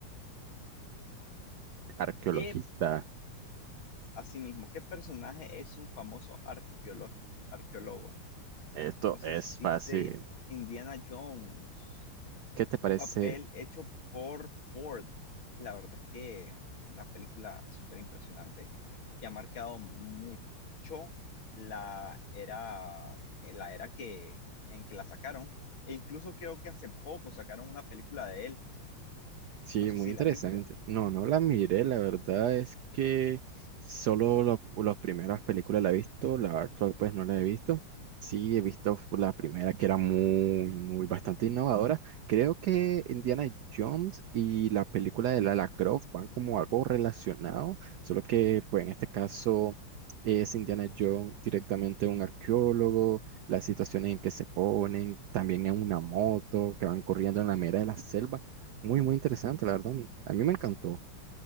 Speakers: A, on the right (about 70°); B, on the left (about 65°).
A: Arqueologista.
B: ¿Qué, asimismo, qué personaje es un famoso arqueólogo? arqueólogo?
A: Esto
B: Entonces
A: es
B: dice
A: fácil.
B: Indiana Jones,
A: ¿Qué te parece
B: un papel hecho por Ford. La verdad es que una película súper impresionante que ha marcado mucho la era, eh, la era que, en que la sacaron. E incluso creo que hace poco sacaron una película de él.
A: Sí,
B: No sé
A: muy
B: si
A: interesante.
B: la viste.
A: No, no la miré, la verdad es que solo la- las primeras películas la he visto, la actual pues no la he visto. Sí, he visto fu- la primera que era muy, muy bastante innovadora. Creo que Indiana Jones y la película de Lara Croft van como algo relacionado, solo que pues en este caso es Indiana Jones directamente un arqueólogo, las situaciones en que se ponen, también en una moto que van corriendo en la mera de la selva. Muy, muy interesante, la verdad. A mí me encantó.